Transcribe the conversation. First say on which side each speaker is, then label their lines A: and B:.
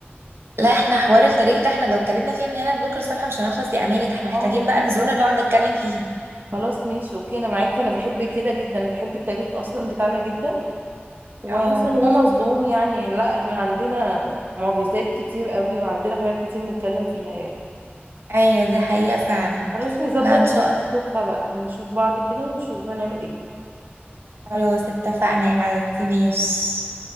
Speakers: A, on the right; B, on the right.
A: لا احنا حوار التاريخ ده احنا لو اتكلمنا فيه من هنا لبكرة الصبح مش هنخلص يا اماني ده احنا محتاجين
B: اه
A: بقى نزولة نقعد نتكلم فيها
B: خلاص ماشي اوكي انا معاكي انا بحب كده جدا بحب التاريخ اصلا بتاعنا جدا وحاسه
A: اه
B: ان هو مظلوم يعني لا احنا عندنا معجزات كتير قوي وعندنا حاجات كتير نتكلم فيها يعني
A: ايوه دي حقيقة فعلا
B: خلاص نظبط
A: لا ان شاء
B: نشوفها
A: الله
B: بقى نشوف بعض كده ونشوف هنعمل ايه
A: خلاص اتفقنا يا حبيبتي ماشي